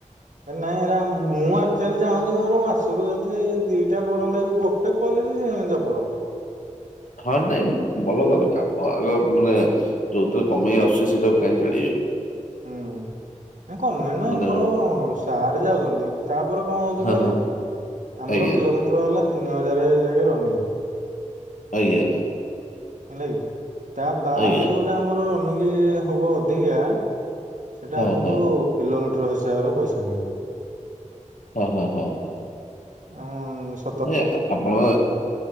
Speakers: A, on the right; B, on the left.
A: ହେ ନାଇଁ ହେରା ମୁଁ ଆକ୍ଚୁଆଲି ଚାହୁଁଚି ମୋର ମାସୁକୁ ଯଦି ଦିଟା ପଡନ୍ତା କି ଗୋ ଟେ ପଇଲେ ବି ଯବର।
B: ହଁ ନାଇଁ ଭଲ କ କାମ ଆଗ ମାନେ ଯୋଉଥିରେ କମେଇ ଆସୁଛି ସେଟା କାହିଁଛାଡିଏ।
A: ହୁଁ ନାଇ କମେ ନା
B: ମାନେ
A: ଆମର ସାରେ ଯାଉଚନ୍ତି। ତାପରେ କଅଁ ହଉଛି
B: ହଁ
A: କହିଲେ
B: ହଁ
A: ଆମର
B: ଆଜ୍ଞା
A: କିଲୋମିଟର ହେଲା ତିନି ହଜାର ଜାଗାରେ ରନିଙ୍ଗି
B: ଆଜ୍ଞା।
A: ହେଲା କିି ତା ବାଦ
B: ଆଜ୍ଞା
A: ଯୋଉଟା ଆମର ରନଙ୍ଗି ହବ ଅଧିକା ସେଟା
B: ହଁ
A: ଆମକୁ
B: ହଁ
A: କିଲୋମିଟର ହିସାବରେ ପଇସା ମିଳିବ।
B: ହ, ହ, ହ, ହ।
A: ଆମ ସ୍।
B: ନ ଆପଣ